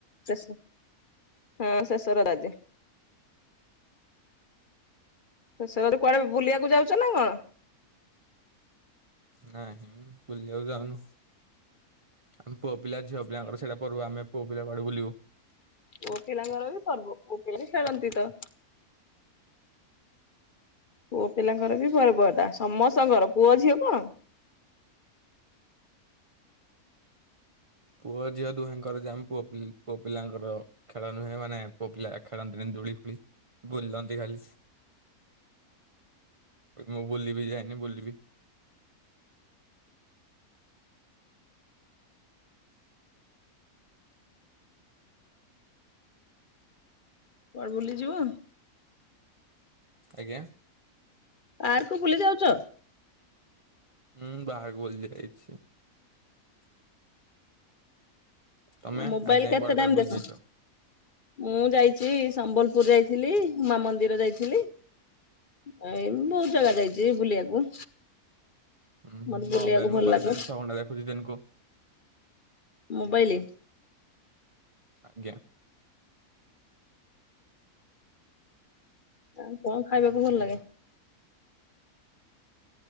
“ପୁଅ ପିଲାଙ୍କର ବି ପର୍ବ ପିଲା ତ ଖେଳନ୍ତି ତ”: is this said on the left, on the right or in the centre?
Left